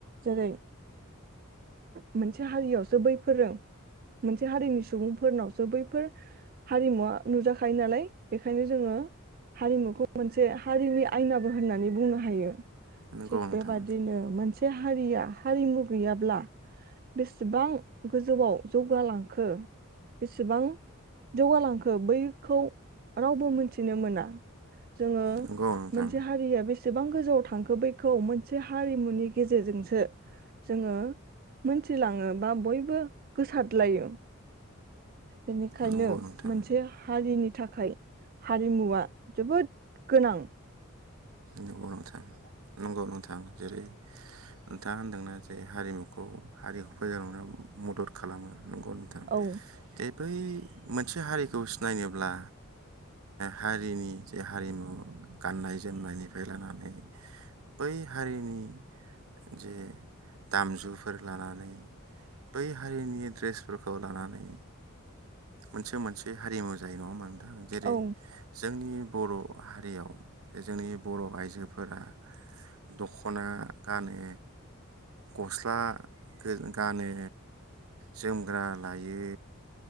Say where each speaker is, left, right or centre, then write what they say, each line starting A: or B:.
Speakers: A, on the right; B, on the right.
A: जेरै मोनसे हारियाव <unintelligible> बैफोरो मोनसे हारिनि सुबुंफोरनावसो बैफोर हारिमुवा नुजाखायो नालाय बेखायनो जोङो हारिमुखौ मोनसे हारिनि आयनाबो होननानै बुंनो हायो
B: नंगौ
A: थिग
B: नोंथां
A: बेबादिनो मोनसे हारिया हारिमु गैयाब्ला बेसेबां गोजौआव जौगालांखो बेसेबां जौगालांखो बैखौ रावबो मोनथिनो मोना जोङो
B: नंगौ नोंथां
A: मोनसे हारिया बेस एसेबां गोजौआव थांखो बैखौ मोनसे हारिमुनि गेजेरजोंसो जोङो मोनथिलाङो बा बयबो गोसादलायो। बेनिखायनो
B: नंगौ नोंथां
A: मोनसे हारिनि थाखाय हारिमुवा जोबोद गोनां।
B: नंगौ नोंथां नंगौ नोथ थां जेरै नोंथाङा होनदोंना जे हारिमुखौ हारिखौ फोजौ <unintelligible> मदद खालामो। नंगौ नोंथां
A: औ
B: दे बै मोनसे हारिखौ सिनायनोब्ला हारिनि जे हारिमु गाननायज जोमनायनिफ्राय लानानै बै हारिनि जे दामजुफोर लानानै बै हारिनि ड्रेसफोरखौ लानानै मोनसे मोनसे हारिमु जायो नङा होमबा जेरै
A: औ
B: जोंनि बर' हारियाव जोंनि बर' आइजोफोरा दख'ना गानो गस्ला गो गानो जोमग्रा लायो।